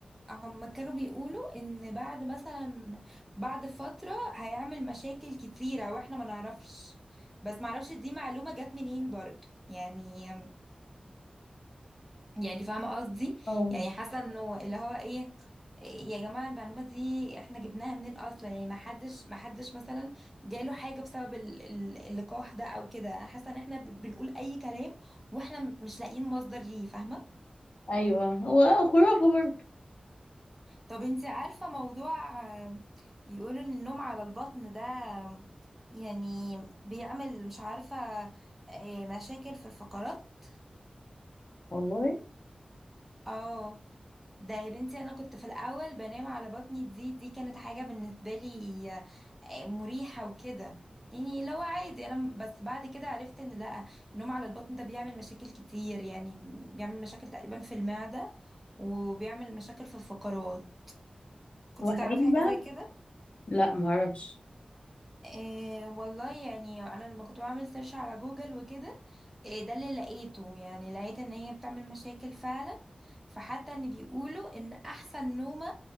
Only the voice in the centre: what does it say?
هم كانوا بيقولوا ان بعد مثلا بعد فترة هيعمل مشاكل كتيرة واحنا ما نعرفش بس ما اعرفش دي معلومة جت منين برضو يعني يعني فاهمة قصدي
يعني حاسة انه اللي هو ايه إيه يا جماعة المعلومة دي احنا جبناها منين اصلا يعني ما حدش ما حدش مثلا جاله حاجة بسبب ال- ال- اللقاح ده او كده حاسة ان احنا ب- بنقول اي كلام واحنا مش لاقيين مصدر ليه فاهمة
طب انتي عارفة موضوع آم، بيقولوا ان النوم على البطن ده آم، يعني بيعمل مش عارفة آه، مشاكل في الفقرات
اه ده يا بنتي انا كنت في الاول بنام على بطني دي دي كانت حاجة بالنسبة لي آه، آه، مريحة وكده يعني لو عادي انا م- بس بعد كده عرفت ان لا النوم على البطن ده بيعمل مشاكل كتير يعني بيعمل مشاكل تقريبا في المعدة وبيعمل مشاكل في الفقرات كنتي
تعرفي حاجة
زي كده
إيه والله يعني انا لما كنت بعمل سيرش على جوجل وكده إيه ده اللي لقيته يعني لقيت ان هي بتعمل مشاكل فعلا فحتى ان بيقولوا ان احسن نومة